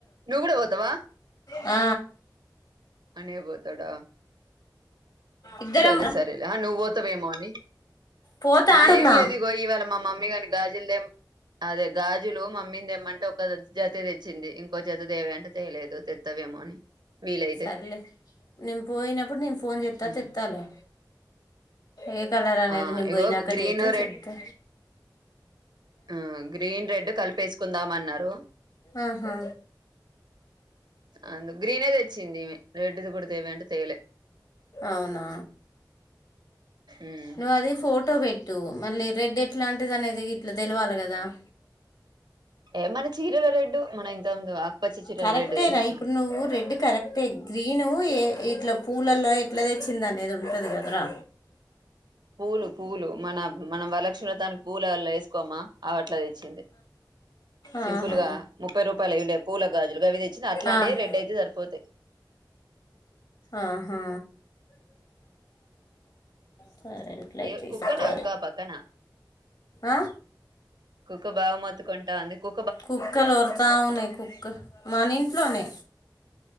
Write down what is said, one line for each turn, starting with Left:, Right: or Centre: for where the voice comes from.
Right: నువ్వు కూడా పోతావా
Left: ఆ
Right: అన్నయ్య పోతాడా
Left: ఇద్దరం
Right: సరే సరే ఆ నువ్వు పోతావేమో అని
Left: పోతా
Right: ఆ
Left: అంటున్నా
Right: ఏం లేదు ఇగో ఇవాళ మా మమ్మీ కాని గాజులదేం అదే గాజులు మమ్మీని తెమ్మంటే ఒక జత తెచ్చింది ఇంకో జత దేవే అంటే తెయలేదు తెత్తవే మోని వీల ఇతే
Left: సరేలే నేను పోయినప్పుడు నేను ఫోన్ చెస్తా
Right: హ్మ్.
Left: తెత్తాలే ఏ కలర్ అనేది
Right: ఆ
Left: నిం
Right: ఇగో
Left: పోయినాక
Right: గ్రీన్
Left: చేతే
Right: రెడ్
Left: చెప్తే
Right: ఆ గ్రీన్ రెడ్ కలిపేసుకుందాంన్నారు
Left: ఆహా
Right: అ గ్రీన్ది తెచ్చింది రెడ్ది కూడా తెవ అంటే తెేవలే
Left: అవునా
Right: ఉమ్
Left: నువ్వు అది ఫోటో పెట్టు మళ్ళీ రెడ్ ఎట్లాంటిది అనేది ఇట్లా తెలివాలి కదా దా
Right: ఏ మన చీరల రెడ్డు మన ఇంత ముందు ఆకుపచ్చ చీరల
Left: కరెక్టే
Right: రెడ్డు తెలుసా
Left: రా ఇప్పుడు నువ్వు రెడ్ కరెక్టే గ్రీన్ ఏ ఇట్ల పూలల్లో ఎట్లా తెచ్చింది అనేది ఉంటుది కదరా
Right: పూలు పూలు మన మనం వరలక్షణతానికి పూల వేసుకోమా అవట్లా చింది
Left: ఆహా.
Right: సింపుల్ గా ముప్పై రూపాయలు అవిండే పూల గాజులుగా అవి తెచ్చింది అట్లాంటివి
Left: ఆ
Right: రెడ్ అయితే సరిపోతాయి
Left: ఆహా సరేట్లతే
Right: ఏ
Left: ఇస్త
Right: కుక్కనా అక్క పక్కన
Left: ఆ
Right: కుక్క బాగ మోతుకుంటంది కు
Left: కుక్కలు వరుతా ఉన్నాయి కుక్క మన ఇంట్లోనే